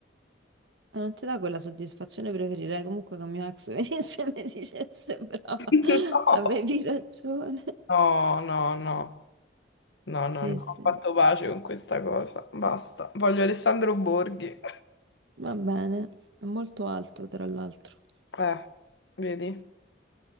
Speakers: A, on the right (about 80°); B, on the left (about 70°).
A: E non ti dà quella soddisfazione, preferirei comunque che mio ex <laughs> venisse e mi dicesse brava,
B: <laughs>
A: avevi ragione.
B: no, no, no, no, no,
A: Sì,
B: no,
A: sì,
B: ho fatto pace con questa cosa. Basta. Voglio Alessandro Borghi.
A: va bene, è molto alto tra l'altro.
B: Eh, vedi,